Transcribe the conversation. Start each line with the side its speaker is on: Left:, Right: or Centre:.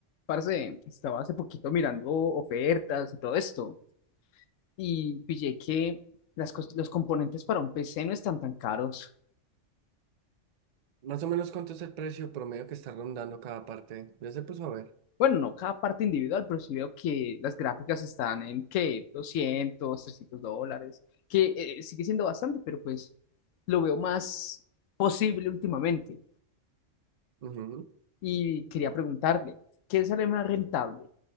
Left: Parce, estaba hace poquito mirando ofertas y todo esto y pillé que las cos- los componentes para un PC no están tan caros.
Right: Más o menos cuánto es el precio promedio que está rondando cada parte. Ya se puso a ver.
Left: Bueno, no cada parte individual, pero sí veo que las gráficas están en qué 200 300 dólares, que eh, sigue siendo bastante, pero pues lo veo más posible últimamente.
Right: Ujú.
Left: Y quería preguntarle, ¿qué sale más rentable?